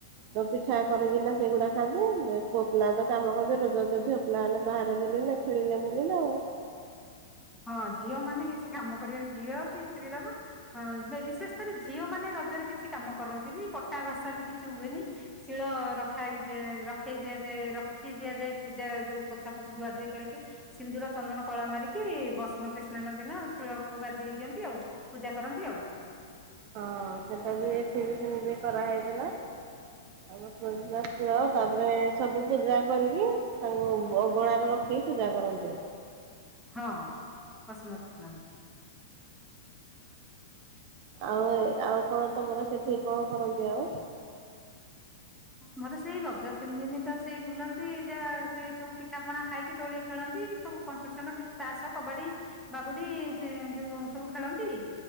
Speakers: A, on the right; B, in the centre.
A: ତ ପିଠା କରିକିନା ସେଗୁଡା ଖାଆନ୍ତି ପୋ ପିଲା ତ କାମ କରୁଚି ରୋଜଗାର କରୁଛି ଆଉ ପିଲାମାନେ ତ ବାହାରେ ବୁଲିଲେ ଖେଳିଲେ ବୁଲିଲେ ଆଉ।
B: ହଁ ଝିଅ ମାନେ କିଛି କାମ କରିବେନି, ଝିଅ କି ସ୍ତ୍ରୀ ଲୋକ ହଁ ବିଶେଷ କରି ଝିଅ ମାନେ ରଜରେ କିଛି କାମ କରନ୍ତିନି, ପଟା ଘଷା ବି କିଛି ହୁଏନି। ଶିଳ ରଖାଇ ଦିଆ ରଖେଇ ଦିଆଯାଏ ରଖି ଦିଆଯାଏ ପୂଜା ଯୋଉ ପୋଛା ପୋଛି ଧୁଆ ଧୁଇ କରିକି। ସିନ୍ଦୁର, ଚନ୍ଦନ, କଳା ମାରି କି, ବସୁମତୀ ସ୍ନାନ ଦିନ ଶିଳକୁ ଗାଧେଇ ଦିଅନ୍ତି ଆଉ ପୂଜା କରନ୍ତି ଆଉ।
A: ହଁ ସେଟା ବି ଏଠି ବି ସେମିତି କରାହେଇଥିଲା, ଆଉ <unintelligible> ତାପରେ ସବୁ ପୂଜା କରିକି ତାଙ୍କୁ ଅଗଣାରେ ରଖିକି ପୂଜା କରନ୍ତି।
B: ହଁ ବସୁମତିସ୍ନା।
A: <unintelligible> ଆଉ କଣ ତମର ସେଠି କଣ କରନ୍ତି ଆଉ?
B: ମୋର ସେଇ ରଜ ତିନି ଦିନି ତ ସେଇ ବୁଲନ୍ତି ଯାହା ସେଇ ସବୁ ପିଠା ପଣା ଖାଇକି ଦୋଳି ଖେଳନ୍ତି ସବୁ କମ୍ପିଟିସନନ୍ ତାଷ, କବାଡି, ବାଗୁଡି ସେ ଯୋଉ ସବୁ ଖେଳନ୍ତି।